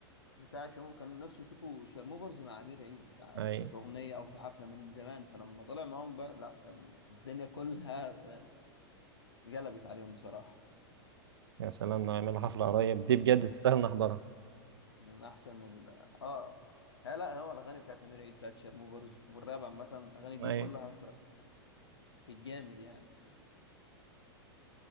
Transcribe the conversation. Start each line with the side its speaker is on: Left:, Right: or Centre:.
Left: بتاع الشيرموفرز كان نفسهم يشوفوا شيرموفرز مع أمير عيد آه،
Right: أيوه
Left: في أغنية أو في حفلة من زمان فلما طلع معاهم بقى لا الدنيا كلها آه، اتقلبت عليهم بصراحة
Right: يا سلام لو
Left: يعني
Right: يعملوا حفلة
Left: كانت
Right: قريب دي بجد تستاهل نحضرها
Left: من احسن ال... اه لا لا هو الاغاني بتاعت امير عيد بتاعت شيرموفرز والراب عامه الاغاني دي
Right: أيوه
Left: كلها في, في الجامد يعني